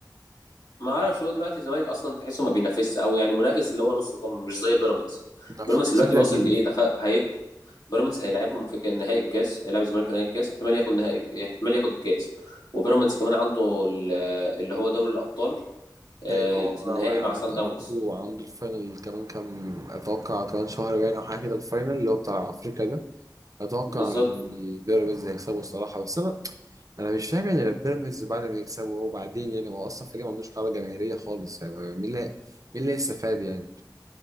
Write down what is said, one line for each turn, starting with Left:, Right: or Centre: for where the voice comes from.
Left: ما اعرفش هو دلوقتي الزمالك اصلا تحسه ما بينافسش او يعني منافس اللي هو نص كم مش زي بيراميدز
Right: انت عشان
Left: بيراميدز
Right: حسين
Left: دلوقتي
Right: لبيب
Left: واصل لايه دخل هي بيراميدز هيلاعبهم في كان- نهائي الكاس هيلاعب الزمالك في نهائي الكاس احتمال ياخد نهائي احتمال ياخد الكاس وبيراميدز كمان عنده ال- اللي هو دوري الابطال آه،
Right: ايوه هو
Left: النهائي
Right: عنده
Left: مع سان داونز
Right: عنده عنده الفاينل كمان كام اتوقع كمان شهر باين او حاجه كده الفاينل اللي هو بتاع افريقيا ده اتوقع
Left: بالظبط
Right: ان البيراميدز هيكسبه الصراحه بس انا مش فاهم يعني بيراميدز بعد ما يكسبوا وبعدين يعني ما هو اصلا فريق ما عندوش قاعده جماهيريه خالص يعني مين اللي مين اللي هيستفاد يعني